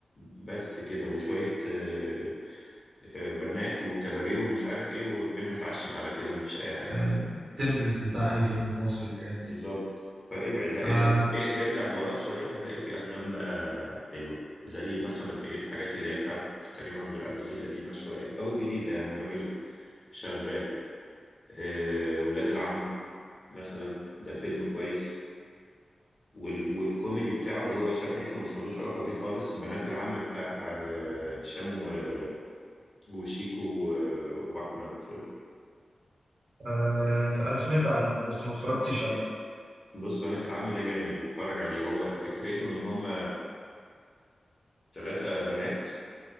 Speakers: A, on the left (about 35°); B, on the right (about 65°).
A: بس كده وشوية آه، آه، بنات وكباريه ومش عارف ايه والفيلم اتعشت على كده مفيش اي حاجه
B: التمبلت بتاع اي فيلم مصري الايام دي
A: بالظبط فابعد لا
B: انا
A: ال- إيه، ارجع لورا شويه هتلاقي في افلام بقى حلوه زي مثلا ايه الحاجات اللي هي بتاعت كريم عبد العزيز القديمه شويه او الجديده يعني الراجل شغال آه ولاد العم مثلا ده فيلم كويس وال والكوميدي بتاعه اللي هو شبه اسمه بس ملوش علاقه بيه خالص بنات العم بتاع آه، هشام و- وشيكو و- واحمد
B: آه انا سمعت عنه بس ما اتفرجتش عليه
A: بص بنات العم ده جامد اتفرج عليه هو فكرته ان هم ثلاثة بنات